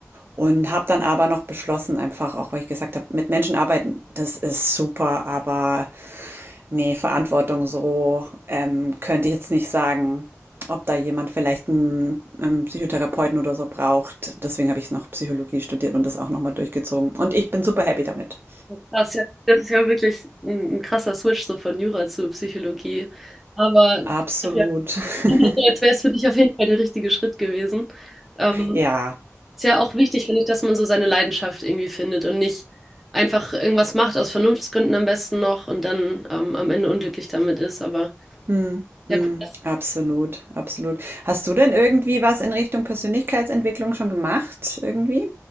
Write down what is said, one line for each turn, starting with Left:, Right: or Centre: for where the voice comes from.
Right: und habe dann aber noch beschlossen, einfach auch, weil ich gesagt habe, mit Menschen arbeiten, das ist super, aber Ne, Verantwortung so, ähm, könnte ich jetzt nicht sagen, ob da jemand vielleicht einen ähm, Psychotherapeuten oder so braucht. Deswegen habe ich noch Psychologie studiert und das auch noch mal durchgezogen. Und ich bin super happy damit.
Centre: das ist ja, das ist ja wirklich ein, ein krasser Switch so von Jura zu Psychologie. Aber
Right: Absolut.
Centre: ja, <laughs> also
Right: <laughs>
Centre: jetzt wäre es für dich auf jeden Fall der richtige Schritt gewesen. Ähm,
Right: Ja.
Centre: Ist ja auch wichtig, finde ich, dass man so seine Leidenschaft irgendwie findet und nicht einfach irgendwas macht, aus Vernunftsgründen am besten noch und dann ähm, am Ende unglücklich damit ist. Aber
Right: Mhm. Mhm.
Centre: ja, gut. Das,
Right: Absolut, absolut. Hast du denn irgendwie was in Richtung Persönlichkeitsentwicklung schon gemacht irgendwie?